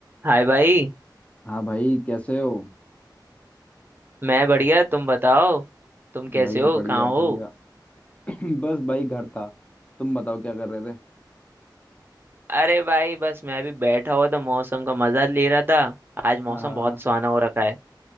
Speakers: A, on the right; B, on the left.
A: हाय भाई
B: हाँ भाई कैसे हो
A: मैं बढ़िया तुम बताओ तुम कैसे
B: भाई
A: हो
B: बढ़िया
A: कहाँ हो
B: बढ़िया <clears throat> बस भाई घर था तुम बताओ क्या कर रहे थे
A: अरे भाई बस मैं भी बैठा हुआ था मौसम का मजा ले रहा था आज मौसम
B: हाँ
A: बहुत सुहाना हो रखा है